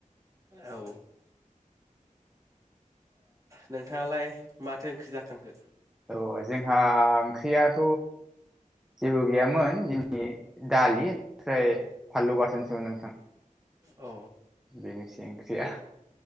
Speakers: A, on the right; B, in the centre.
A: औ ओ नोंथांङालाय माथो ओंख्रि जाखांखो
B: औ जोंहा ओंख्रियाथ जेबो गैयामोन दिनै दालि ओमफ्राय फानलु बाथोनसोमोन नोंथां
A: औ
B: बेनोसै ओंख्रिया